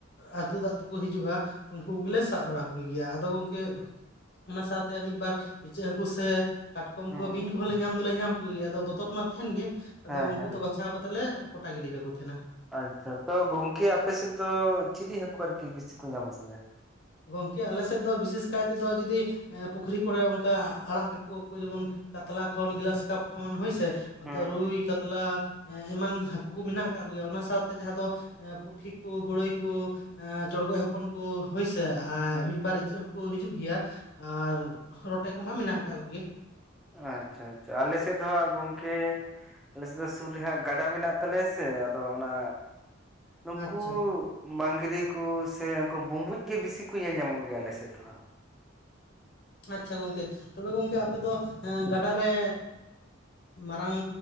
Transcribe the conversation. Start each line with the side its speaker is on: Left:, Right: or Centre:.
Left: ᱟᱹᱛᱩ ᱫᱟᱜ ᱛᱮᱠᱚ ᱦᱤᱡᱩᱜ-ᱟ ᱩᱱᱠᱩ ᱜᱮᱞᱮ ᱥᱟᱵ ᱵᱟᱲᱟ ᱠᱚᱜᱮ ᱜᱮᱭᱟ ᱟᱫᱚ ᱜᱚᱝᱠᱮ ᱚᱱᱟ ᱥᱟᱶᱛᱮ ᱢᱤᱫᱵᱟᱨ ᱤᱪᱟᱹᱜ ᱦᱟᱹᱠᱩ ᱥᱮ ᱠᱟᱴᱠᱚᱢ
Centre: ᱦᱩᱸ
Left: ᱠᱚᱦᱚᱸ ᱵᱤᱧ
Centre: ᱦᱩᱸ
Left: ᱠᱚᱦᱚᱸ ᱞᱮ ᱧᱟᱢ ᱫᱚᱞᱮ ᱧᱟᱢ ᱠᱚᱜᱮᱭᱟ ᱟᱫᱚ ᱵᱚᱛᱚᱨ ᱢᱟ ᱛᱟᱦᱮᱱ ᱜᱮ ᱟᱫᱚ
Centre: ᱦᱮᱸ
Left: ᱩᱱᱠᱩ
Centre: ᱦᱮᱸ
Left: ᱫᱚ ᱵᱟᱪᱷᱟᱣ ᱠᱟᱛᱮᱜ ᱞᱮ ᱠᱚᱴᱟ ᱜᱤᱰᱤ ᱠᱟᱠᱚ ᱛᱟᱦᱮᱸᱱᱟ
Centre: ᱟᱪᱪᱷᱟ ᱛᱚ ᱜᱚᱝᱠᱮ ᱟᱯᱮ ᱥᱮᱫ ᱫᱚ ᱪᱤᱞᱤ ᱦᱟᱹᱠᱩ ᱟᱨᱠᱤ ᱵᱮᱥᱤ ᱠᱚ ᱧᱟᱢᱚᱜ ᱜᱮᱭᱟ
Left: ᱜᱚᱢᱠᱮ ᱟᱞᱮᱥᱮᱫ ᱫᱚ ᱵᱤᱥᱮᱥ ᱠᱟᱭ ᱛᱮᱫᱚ ᱡᱩᱫᱤ ᱮ ᱯᱩᱠᱷᱨᱤ ᱠᱚᱨᱮᱜ ᱚᱱᱠᱟ ᱟᱲᱟᱜ ᱠᱟᱠᱚᱣᱟ ᱠᱚ ᱡᱮᱢᱚᱱ ᱠᱟᱛᱞᱟ ᱠᱷᱚᱱ ᱜᱞᱟᱥ ᱠᱟᱯ ᱠᱷᱚᱱ ᱦᱳᱭᱥᱮ ᱱᱚᱱᱛᱮ
Centre: ᱦᱩᱸ
Left: ᱨᱩᱭ
Centre: ᱦᱩᱸ
Left: ᱠᱟᱛᱞᱟ ᱮᱢᱟᱱ ᱦᱟᱸᱠᱩ ᱠᱚ ᱢᱮᱱᱟᱜ ᱟᱠᱟᱫ ᱠᱚᱭᱟ ᱚᱱᱟ ᱥᱟᱶᱛᱮ ᱡᱟᱦᱟᱸ ᱫᱚ ᱯᱩᱴᱷᱤ ᱠᱚ ᱜᱚᱲᱟᱹᱭ ᱠᱩ ᱪᱚᱲᱜᱚᱡ ᱦᱚᱯᱚᱱ ᱠᱚ ᱦᱳᱭᱥᱮ ᱥᱮ ᱟᱨ
Centre: ᱦᱩᱸ
Left: ᱢᱤᱫ ᱵᱟᱨ ᱤᱪᱟᱹᱜ ᱦᱚᱸᱠᱚ ᱦᱤᱡᱩᱜ ᱜᱮᱭᱟ ᱟᱨ ᱨᱚᱴᱮ ᱠᱚᱢᱟ ᱢᱮᱱᱟᱜ ᱟᱠᱟᱫ ᱠᱚᱜᱮ,
Centre: ᱟᱪᱷᱟ ᱟᱪᱷᱟ ᱟᱞᱮ ᱥᱮᱫ ᱫᱚᱦᱟᱸᱜ ᱜᱚᱝᱠᱮ ᱟᱞᱮ ᱥᱮᱫ ᱫᱚ ᱥᱩᱨ ᱨᱮ ᱜᱟᱰᱟ ᱢᱮᱱᱟᱜ ᱛᱟᱞᱮᱭᱟ ᱥᱮ ᱟᱫᱚ ᱚᱱᱟ, ᱱᱩᱠᱩ
Left: ᱟᱪᱪᱷᱟ
Centre: ᱢᱟᱝᱜᱨᱤ ᱠᱚ ᱥᱮᱠᱩ ᱵᱩᱢᱵᱩᱡ ᱜᱮ ᱵᱤᱥᱤ ᱠᱚ ᱧᱮᱞ ᱧᱟᱢᱚᱜ ᱜᱮᱭᱟ ᱟᱞᱮᱥᱮᱫᱚ ᱦᱟᱸᱜ,
Left: ᱟᱪᱷᱟ ᱜᱚᱝᱠᱮ ᱛᱚᱵᱮ ᱜᱚᱢᱠᱮ ᱟᱯᱮ ᱫᱚ ᱜᱟᱰᱟᱨ ᱨᱮ ᱢᱟᱨᱟᱝ